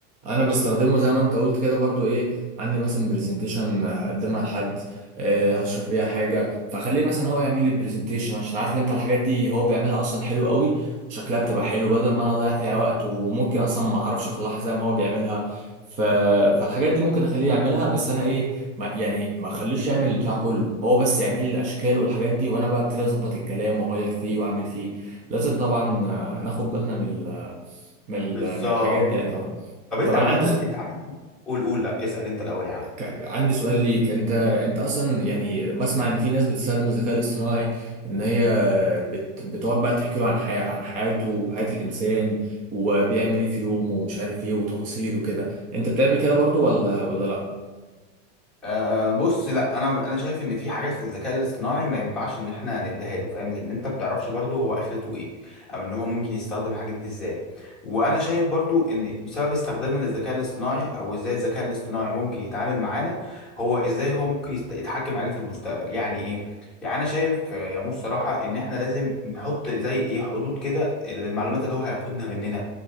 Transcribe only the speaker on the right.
انا بستخدمه زي ما انت قلت كده برضو ايه عندي مثلا برزنتيشن هقدمها لحد آه، هشرح بيها حاجه فخليه مثلا هو يعمل لي البرزنتيشن عشان عارف انت الحاجات دي هو بيعملها اصلا حلو قوي وشكلها بتبقى حلو بدل ما انا اضيع فيها وقت وممكن اصلا ما اعرفش اطلعها زي ما هو بيعملها ف... فالحاجات دي ممكن اخليه يعملها بس انا ايه ما يعني ما اخليش يعمل البتاع كله هو بس يعمل لي الاشكال والحاجات دي وانا بقى ابتدي اظبط الكلام واغير فيه واعمل فيه لازم طبعا آه، ناخد بالنا من ال- من ال-
من الحاجات دي يعني طبعا
طب
انا عندي س...
ك... عندي سؤال ليك انت انت اصلا يعني بسمع ان في ناس بتستخدم الذكاء الاصطناعي ان هي بت... بتقعد بقى تحكي له عن حياة عن حياته حياة الانسان وبيعمل ايه في يومه ومش عارف ايه وتفاصيل وكده انت بتعمل كده برضو ولا ولا لا